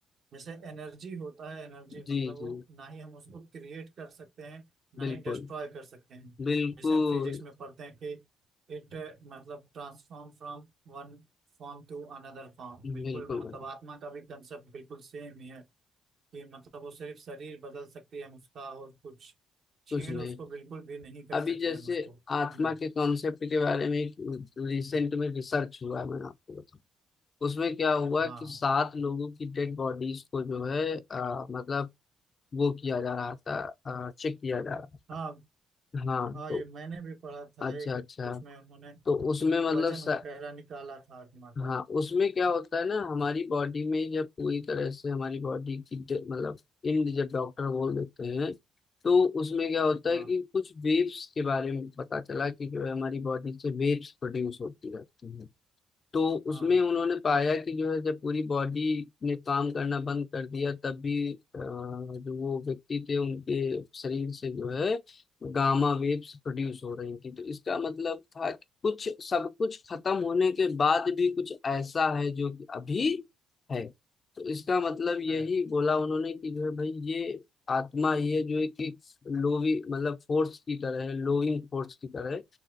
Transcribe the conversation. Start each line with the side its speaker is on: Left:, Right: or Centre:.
Right: जैसे एनर्जी होता है एनर्जी मतलब
Left: जी
Right: वो
Left: जी
Right: ना ही हम उसको क्रिएट कर सकते हैं ना
Left: बिल्कुल
Right: ही डिस्ट्रॉय कर सकते हैं
Left: बिल्कुल
Right: जैसे हम फिजिक्स में पढ़ते हैं कि इट मतलब transform from one form to another form
Left: बिल्कुल
Right: बिल्कुल मतलब
Left: भाई
Right: आत्मा का भी कंसेप्ट बिल्कुल सेम ही है कि मतलब वो सिर्फ शरीर बदल सकती है हम उसका और कुछ छीण
Left: कुछ नहीं
Right: उसको बिल्कुल भी नहीं कर
Left: अभी
Right: सकते
Left: जैसे
Right: हम उसको
Left: आत्मा
Right: हम्म,
Left: के कॉन्सेप्ट के बारे में रिसेंट में रिसर्च हुआ है मैंने आपको बताया उसमें क्या हुआ
Right: हाँ
Left: कि सात लोगों की डेड बॉडीज को जो है अ, मतलब वो किया जा रहा था चेक किया जा रहा
Right: हाँ
Left: था हाँ
Right: हाँ
Left: तो
Right: ये मैंने भी पढ़ा था
Left: अच्छा
Right: एक
Left: अच्छा
Right: उसमें उन्होंने
Left: तो उसमें मतलब
Right: वजन
Left: सा-
Right: वगैरह निकाला था आत्मा का
Left: हाँ उसमें क्या होता है ना हमारी बॉडी में जब पूरी तरह से हमारी बॉडी की ड- मतलब इंड जब डॉक्टर बोल देते हैं तो उसमें क्या होता
Right: हाँ
Left: है कि कुछ वेव्स के बारे में पता चला कि जो है हमारी बॉडी से वेव्स प्रोड्यूस होती रहती हैं तो उसमें
Right: हाँ
Left: उन्होंने पाया कि जो है जब पूरी बॉडी ने काम करना बंद कर दिया तब भी अ, जो वो व्यक्ति थे उनके शरीर से जो है गामा वेव्स प्रोड्यूस हो रही थी तो इसका मतलब था कि कुछ सब कुछ खत्म होने के बाद भी कुछ ऐसा है जो कि अभी है तो इसका मतलब यही
Right: है
Left: बोला उन्होंने कि जो है भाई ये आत्मा ये जो है कि लोवी मतलब फोर्स की तरह है लोइंग फोर्स की तरह है